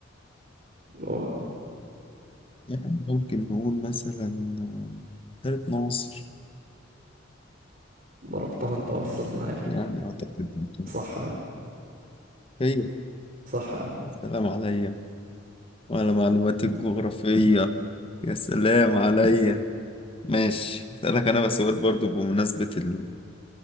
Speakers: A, on the right; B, on the left.
A: اللي هو
B: يعني ممكن نقول مثلا آه، بحيره ناصر
A: ضربتها انت ورا السد العالي
B: يعني أعتقد ممكن.
A: صح يا عم
B: هي
A: صح يا عم
B: سلام عليا وعلى معلوماتي الجغرافية يا سلام عليا ماشي أسألك أنا بس سؤال برضو بمناسبة ال...